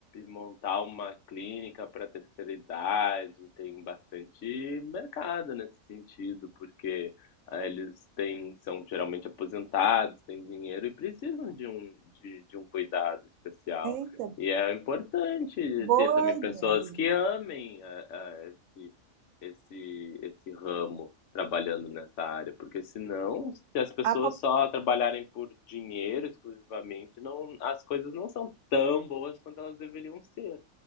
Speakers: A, on the left; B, on the right.
A: montar uma clínica para terceira idade, tem bastante mercado nesse sentido, porque ah, eles têm, são geralmente aposentados, têm dinheiro e precisam de um, de, de um cuidado especial.
B: Eita,
A: E é importante
B: boa
A: ter também
B: ideia.
A: pessoas que amem ah, ah, esse, esse, esse ramo trabalhando nessa área, porque senão, se as pessoas
B: A po-
A: só trabalharem por dinheiro exclusivamente, não, as coisas não são tão boas quanto elas deveriam ser.